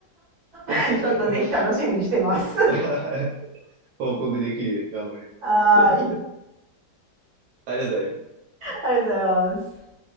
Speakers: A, on the right; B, on the right.
A: <laughs>
B: <laughs>
A: ちょっとぜひ楽しみにしてます
B: <laughs> 報告できるように頑張り
A: <laughs> はーい
B: ます。<laughs> ありがとうございます。
A: ありがとうございます